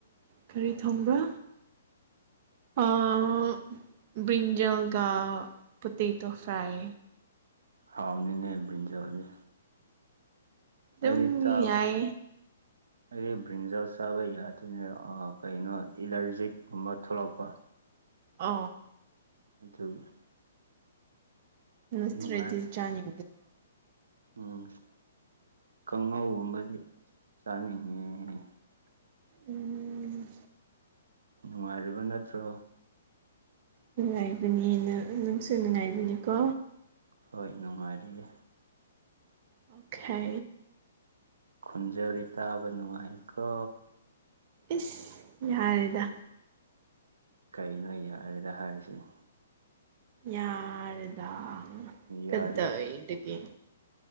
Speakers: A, on the right; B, on the right.
A: ꯒꯥꯔꯤ ꯊꯣꯡꯕ꯭ꯔꯥ ꯑꯥ ꯭ꯕꯔꯤꯟꯖꯜꯒ ꯄꯣꯇꯦꯇꯣ ꯐ꯭ꯔꯥꯏ
B: ꯍꯥꯎꯕꯅꯤꯅꯦ ꯕ꯭ꯔꯤꯟꯖꯜꯗꯤ
A: ꯑꯗꯨꯝ
B: ꯑꯩꯗꯤ ꯆꯥꯕ
A: ꯌꯥꯏ
B: ꯑꯩꯗꯤ ꯕ꯭ꯔꯤꯟꯖꯜ ꯆꯥꯕ ꯌꯥꯗꯦꯅꯦ ꯀꯩꯅꯣ ꯑꯦꯂꯔꯖꯤꯀꯨꯝꯕ ꯊꯣꯛꯂꯛꯄ
A: ꯑ
B: ꯑꯗꯨꯒꯤ
A: ꯅꯠꯇꯔꯗꯤ
B: ꯅꯨꯡꯉꯥꯏ
A: ꯆꯥꯅꯤ
B: ꯎꯝ ꯀꯥꯡꯉꯧꯒꯨꯝꯕꯗꯤ ꯆꯥꯅꯤꯡꯉꯦ
A: ꯎꯝ
B: ꯅꯨꯡꯉꯥꯏꯔꯤꯕ ꯅꯠꯇ꯭ꯔꯣ
A: ꯅꯨꯡꯉꯥꯏꯕꯅꯤ ꯅꯪꯁꯨ ꯅꯨꯡꯉꯥꯏꯕꯅꯤꯀꯣ
B: ꯍꯣꯏ ꯅꯨꯡꯉꯥꯏꯔꯤꯌꯦ
A: ꯑꯣꯈꯦ
B: ꯈꯣꯟꯖꯦꯜꯗꯤ ꯇꯥꯥꯕ ꯅꯨꯡꯉꯥꯏꯀꯣ
A: ꯏꯁ ꯌꯥꯔꯦꯗ
B: ꯀꯩꯅꯣ ꯌꯥꯔꯦꯗ ꯍꯥꯏꯁꯤꯕꯣ
A: ꯌꯥꯔꯦꯗꯥ ꯀꯗꯥꯏꯗꯒꯤ
B: ꯌꯥꯗꯦ